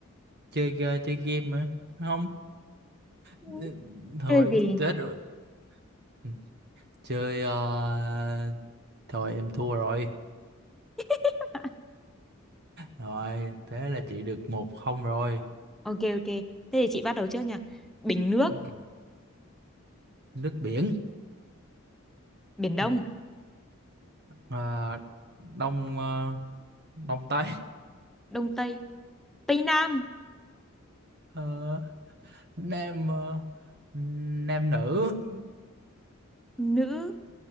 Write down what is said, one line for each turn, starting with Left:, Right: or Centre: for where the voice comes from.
Right: chơi ga- chơi game á không
Centre: Ừ,
Right: ừ, thôi
Centre: Chơi gì?
Right: chết rồi Ừ, chơi ờ, thôi em thua rồi
Centre: <laughs>
Right: rồi thế là chị được một không rồi
Centre: Ok ok, thế thì chị bắt đầu trước nha. Bình nước
Right: Ok. nước biển
Centre: Biển Đông,
Right: Ừ, ờ, đông ờ, đông tây
Centre: Đông Tây, Tây Nam,
Right: Ờ, nam ờ, nam nữ
Centre: nữ,